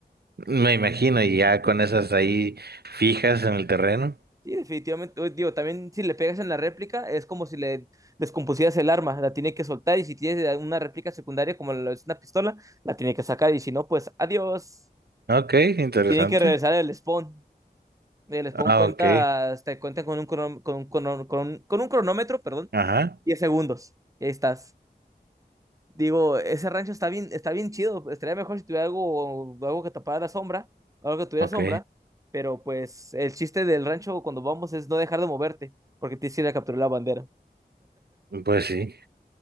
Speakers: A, on the right; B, on the right.
A: Me imagino, y ya con esas ahí fijas en el terreno.
B: Sí, definitivamente. Uy, Digo, también si le pegas en la réplica, es como si le descompusieras el arma, la tiene que soltar y si tienes una réplica secundaria como lo es una pistola, la tiene que sacar y si no, pues adiós.
A: Ok, interesante.
B: Y tienen que regresar al spawn. El spawn
A: Ah,
B: cuenta,
A: ok.
B: te cuenta con un, crono- con un crono- con un- con un cronómetro, perdón,
A: Ajá,
B: 10 segundos. Y ahí estás. Digo, ese rancho está bien, está bien chido. Estaría mejor si tuviera algo, algo que tapara la sombra, algo que tuviera
A: ok.
B: sombra. Pero pues el chiste del rancho cuando vamos es no dejar de moverte, porque te que ir a capturar la bandera.
A: Pues sí.